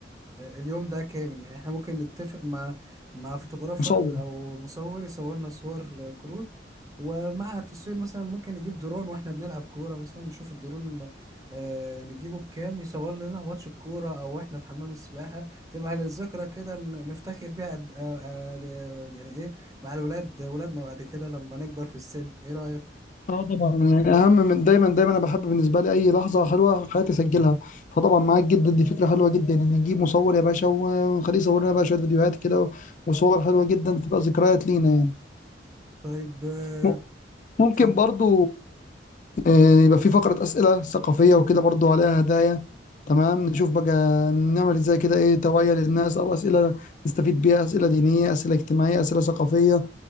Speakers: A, on the right (about 20°); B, on the left (about 45°).
A: اليوم ده كامل يعني احنا ممكن نتفق مع مع فوتوغرافر
B: مصور
A: أو مصور يصورنا صور كروت ومع التصوير مثلا ممكن نجيب درون واحنا بنلعب كورة مثلا نشوف الدرون آه نجيبه بكام يصور لنا ماتش الكورة أو واحنا في حمام السباحة تبقى للذكرى كده ن- نفتخر بيها قد- آه آه ل- يعني إيه مع الولاد ولادنا بعد كده لما نكبر في السن ايه رأيك
B: اه طبعا يعني اهم من دايما دايما انا بحب بالنسبه لي اي لحظه حلوه في حياتي اسجلها فطبعا معاك جدا دي فكره حلوه جدا ان يعني نجيب مصور يا باشا ونخليه يصور لنا بقى شويه فيديوهات كده وصور حلوه جدا تبقى ذكريات لينا يعني
A: طيب آه،
B: م- ممكن
A: اتفضل
B: برضو آه، يبقى في فقرة أسئلة ثقافية وكده برضو عليها هدايا تمام نشوف بقى نعمل ازاي كده ايه توعية للناس أو أسئلة نستفيد بيها أسئلة دينية أسئلة اجتماعية أسئلة ثقافية